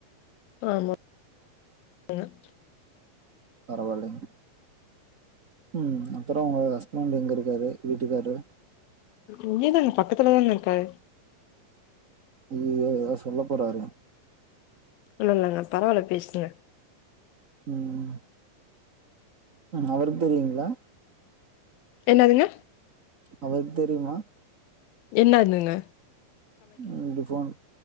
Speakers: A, on the left (about 80°); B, on the right (about 70°).
A: ஆமா <inaudible>
B: பரவாலேங்க ம் அப்பறொ ஒங்க ஹஸ்பண்ட் எங்க இருக்காரு வீட்டுக்காரு
A: இங்கியேதாங்க பக்கத்துலதாங்க இருக்காரு
B: ஐயயோ எதோ சொல்ல போறாரு
A: இல்லல்லங்க பரவால பேசுங்க
B: ம் அவருக் தெரியுங்களா
A: என்னதுங்க
B: அவருக்கு தெரியுமா
A: இல்ல இல்லங்க
B: ம் இப்டி ஃபோன்